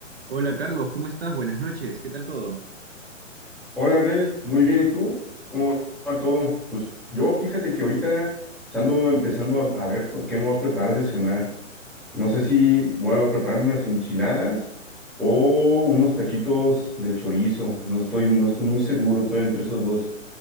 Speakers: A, on the right; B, in the centre.
A: Hola Carlos, ¿cómo estás? Buenas noches, ¿qué tal todo?
B: Hola Abdel, muy bien, ¿y tú? ¿Cómo va todo? Pues yo fíjate que ahorita ando empezando a, a ver por qué me voy a preparar de cenar. No sé si voy a prepararme unas enchiladas o unos taquitos de chorizo. No estoy, no estoy muy seguro, estoy entre esos dos.